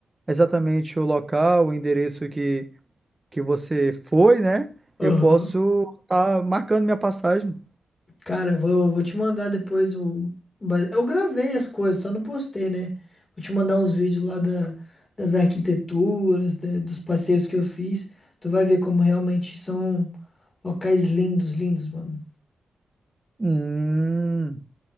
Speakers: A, on the right; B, on the left.
A: exatamente o local, o endereço que, que você foi, né?
B: Aham.
A: Eu posso estar marcando minha passagem.
B: Cara, vou, vou te mandar depois o. mas Eu gravei as coisas, só não postei, né? Vou te mandar uns vídeos lá da, das arquiteturas, da- dos passeios que eu fiz. Tu vai ver como realmente são locais lindos, lindos, mano.
A: Hum.